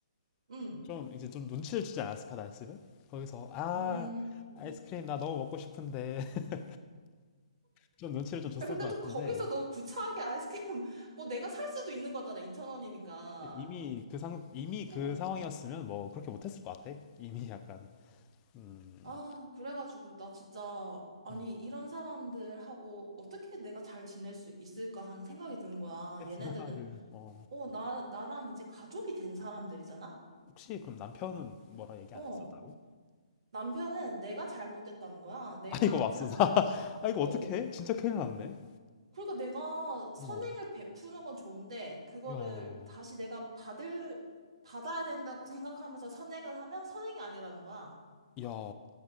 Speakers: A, on the right; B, on the left.
A: 응.
B: 좀 이제 좀 눈치를 주지 않았을까 나왔으면 거기서 아
A: 음.
B: 아이스크림 나 너무 먹고 싶은데 <laughs> 좀 눈치를 좀 줬을
A: 야, 근데
B: 것
A: 또
B: 같은데
A: 거기서 너무 구차하게 아이스크림 <laughs> 뭐 내가 살 수도 있는 거잖아. 2천원이니까
B: 이미 그 상, 이미
A: 어.
B: 그 상황이었으면 뭐 그렇게 못했을 것 같아. 이미 약간 음,
A: 아, 그래가지고 나 진짜 아니
B: 음,
A: 이런 사람들하고 어떻게 내가 잘 지낼 수 있을까 하는 생각이 드는 거야.
B: 섹
A: 얘네들은
B: 생활을 어
A: 어, 나, 나랑 이제 가족이 된 사람들이잖아?
B: 혹시 그럼 남편은 뭐라 얘기 안
A: 어.
B: 했어 따로?
A: 남편은 내가 잘못됐다는 거야.
B: <laughs>
A: 내가
B: 아 이거 맙소사. <laughs> 아 이거
A: 착하고.
B: 어떡해? 진짜 큰일 났네.
A: 그러니까 내가 선행을
B: 어.
A: 베푸는 건 좋은데, 그거를
B: 야,
A: 다시 내가 받을, 받아야 된다고 생각하면서 선행을 하면 선행이 아니라는 거야.
B: 야,